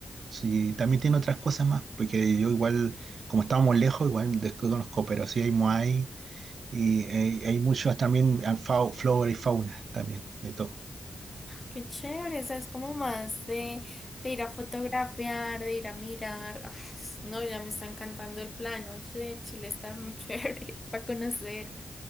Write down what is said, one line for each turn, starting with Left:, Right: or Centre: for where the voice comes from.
Right: Sí, también tiene otras cosas más, porque yo igual, como estábamos lejos, igual desconozco, pero sí hay Moai y eh, hay muchos también, ah, fau- flora y fauna también, de todo.
Left: qué chévere, o es como más de, de ir a fotografiar, de ir a mirar. Ah, no, ya me está encantando el plan, oye, Chile está muy chévere <laughs> para conocer.